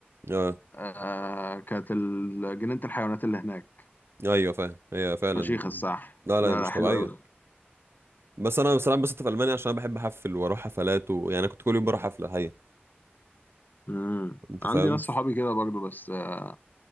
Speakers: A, on the right; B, on the left.
A: آه
B: آه كانت ال- جنينه الحيوانات اللي هناك
A: أيوه فاهم هي فعلا
B: فشيخ الصح
A: لا لا
B: لا
A: هي مش
B: لا
A: طبيعية
B: حلو قوي
A: بس أنا بصراحة بس في ألمانيا عشان أنا بحب أحفل وأروح حفلات ويعني أنا كنت كل يوم بروح حفلة حقيقة
B: امم
A: أنت
B: عندي
A: فاهم
B: ناس صحابي كده برضو بس آه،